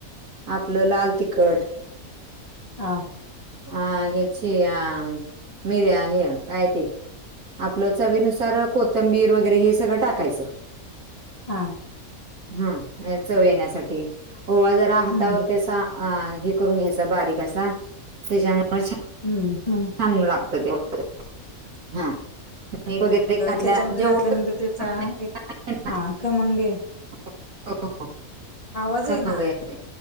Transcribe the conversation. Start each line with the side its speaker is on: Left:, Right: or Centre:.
Right: आपलं लाल तिखट
Left: हा
Right: हा ह्याची अ मीर्या हे काय ते आपलं चवीनुसार कोथंबीर वगैरे हे सगळं टाकायचं.
Left: हा
Right: हम चव येण्यासाठी ओवा जरा हातावरती
Left: हम्म
Right: आसा अ हे करून घ्यायच बारीक असा त्याच्यामुळे छान
Left: हम हम
Right: चागलं लागत ते <inaudible> हा मीठ वगैरे घातल्या
Left: त्याच्यामध्ये
Right: जेवढं
Left: घातल्यानंतर त्याचा
Right: <inaudible> <unintelligible>
Left: एक हा खमंगे आवाज
Right: खमंग
Left: आहे ना
Right: येतय